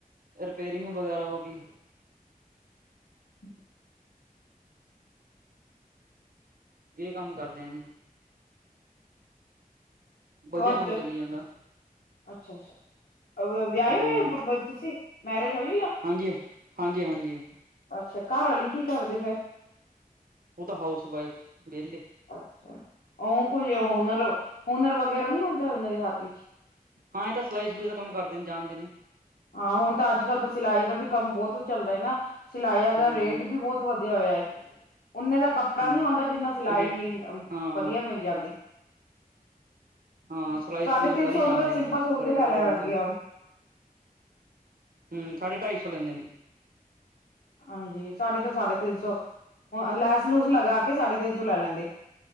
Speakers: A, on the right (about 70°); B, on the left (about 80°).
A: ਰਿਪੇਰਿੰਗ ਵਗ਼ੈਰਾ ਹੋਗੀ
B: <inaudible>
A: ਏ ਕੰਮ ਕਰਦੇ ਆਂ ਜੀ, ਵਧੀਆਂ
B: ਹੋਰ
A: ਕੰਮ ਚੱਲੀ ਜਾਂਦਾ।
B: ਅੱਛਾ- ਅੱਛਾ ਵਿਆਏ
A: ਹਮ
B: ਹੋਏ ਪ ਤੁਸੀਂ ਮੈਰਿਜ ਹੋਈ- ਹੋਈ ਆ।
A: ਹਾਂਜੀ ਹਾਂਜੀ- ਹਾਂਜੀ।
B: ਅੱਛਾ, ਘਰ ਆਲੀ ਕੀ ਕਰਦੇਂ ਫ਼ਿਰ
A: ਉਹ ਤਾ ਹਾਊਸ ਵਾਈਫ ਵਿਹਲੇ
B: ਅੱਛਾ, ਉਹ ਕੋਈ ਹੁਨਰ- ਹੁਨਰ ਵਗੈਰਾ ਨੀਂ ੳਦੇ ਉਹਨਾਂ ਦੇ ਹੱਥ ਵਿੱਚ
A: ਹਾਂ, ਏ ਤਾਂ ਸਿਲਾਈ ਸਲੂਈ ਦਾ ਕੰਮ ਕਰਦੇ ਨੇ ਜਾਣਦੇ ਨੇ
B: ਹਾਂ, ਹੁਣ ਤਾਂ ਅੱਜ ਕੱਲ ਤਾਂ ਸਿਲਾਈ ਦਾ ਵੀ ਕੰਮ ਬਹੁਤ ਚੱਲਦਾ ਏ ਨਾ ਸਿਲਾਈਆਂ ਦਾ
A: ਹੂੰ
B: ਰੇਟ ਵੀ ਬਹੁਤ ਵਧੀਆਂ ਹੋਇਆਂਂ ਏ, ਓਨੇ ਦਾ ਕੱਪੜਾ
A: ਹੂੰ
B: ਨੀ ਆਉਂਦਾ ਜਿੰਨਾ ਸਿਲਾਈ
A: ਰੇਟ ਹਾਂ
B: ਵਧੀਆ ਮਿਲ ਜਾਂਦੀ
A: ਹਾਂ ਸਿਲਾਈ
B: ਸਾਢੇ
A: ਸਲੂਈ
B: ਤਿੰਨ
A: ਸਾਰੀ
B: ਸੌ
A: ਜਾਣਦੇ
B: ਰੁਪਏ ਦਾ ਸਿੰਪਲ
A: ਨੇ,
B: ਸੂਟ
A: ਸਿਲਾਈ
B: ਦੇ ਲੈ
A: ਸੁਲਈ
B: ਲੈਣ
A: ਦਾ ਕੰਮ
B: ਲੱਗੇ ਹੁਣ
A: ਹੂੰ, ਸਾਢੇ ਢਾਈ ਸੌ ਲੈਂਦੇ ਨੇ।
B: ਹਾਂਜੀ, ਸਾਢੇ ਤਾਂ ਸਾਢੇ ਤਿੰਨ ਸੌ ਲੈਸ ਲੂਸ ਲਗਾਂ ਕੇ ਸਾਢੇ ਤਿੰਨ ਸੌ ਲੈ ਲੈਂਦੇਂ।